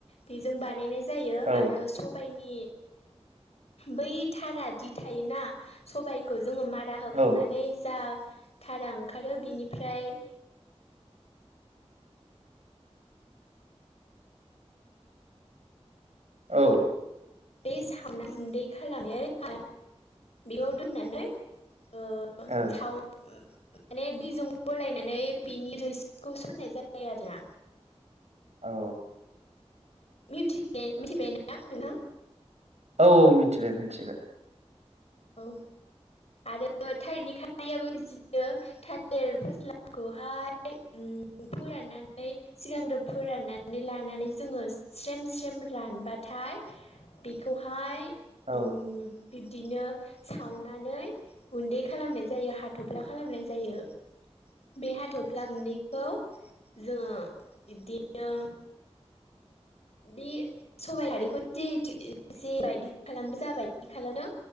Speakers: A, on the left; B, on the right.
A: बेजों बानायनाय जायो।
B: औ
A: आरो सबाइनि बै थारा दि थायोना सबायखौ जोङो मारा होखांनानै
B: औ
A: जा थारा ओंखारो बिनिफ्राय
B: औ
A: बे सावना गुन्दै खालामनाय बेयाव दोननानै ओ
B: औ
A: थाउन माने दैजों गलायनानै बिनि रोसिखौ सरनाय जायो आरोना
B: औ
A: मिथिबायना नोंथां
B: औ औ मिथिबाय मिथिबाय
A: औ आरो थारैनो खारैआबो बिदिनो थालेर फस्लाखौहाय फोराननानै सिगांग्रो फोराननानै लानानै जोङो स्रेम स्रेम रानब्लाथाय बेखौहाय
B: ओ
A: बिब्दिनो सावनानै गुन्दै खालामनाय जायो हाथ'फ्ला खालामनाय जायो। बे हाथ'फ्ला गुन्दैखौ जोङो बिब्दिनो बे सबाइ खारिखौ जेबादि खालामदों जाबायदि खालामदों